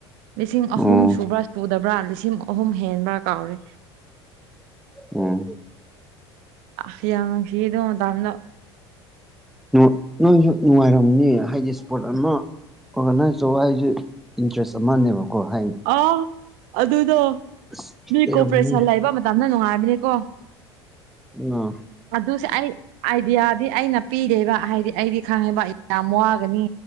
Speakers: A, on the right; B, in the centre.
A: ꯂꯤꯁꯤꯡ
B: ꯑꯣ
A: ꯑꯍꯨꯝ ꯁꯨꯕ꯭ꯔꯥ ꯁꯨꯗꯕ꯭ꯔꯥ ꯂꯤꯁꯤꯡ ꯑꯍꯨꯝ ꯍꯦꯟꯕ꯭ꯔꯥ ꯀꯥꯎꯔꯦ
B: ꯎꯝ
A: ꯑꯥ ꯌꯥꯡꯁꯤꯌꯦꯗ ꯃꯥꯇꯝꯗꯣ
B: ꯅꯣ ꯅꯣꯏꯖꯨ ꯅꯨꯉꯥꯏꯔꯝꯅꯤ ꯍꯥꯏꯗꯤ ꯏꯁꯄꯣꯔꯠ ꯑꯃ ꯑꯣꯔꯒꯅꯥꯏꯆꯧꯕ ꯍꯥꯏꯖꯤ ꯏꯟꯇꯔꯦꯁ ꯑꯃꯅꯦꯕꯀꯣ ꯍꯥꯏ
A: ꯑ ꯑꯗꯨꯗꯣ
B: ꯑꯁ
A: ꯃꯤ
B: ꯂꯩꯔꯝꯅꯤ
A: ꯀꯣꯄꯔꯦꯁꯟ ꯂꯩꯕ ꯃꯗꯝꯗ ꯅꯨꯉꯥꯏꯕꯅꯤ ꯀꯣ
B: ꯑꯥ
A: ꯑꯗꯨꯁꯦ ꯑꯩ ꯑꯥꯏꯕꯤꯌꯥꯗꯤ ꯑꯩꯅ ꯄꯤꯗꯦꯕ ꯍꯥꯏꯗꯤ ꯑꯩꯗꯤ ꯈꯪꯉꯦꯕ ꯌꯥꯝ ꯋꯥꯒꯅꯤ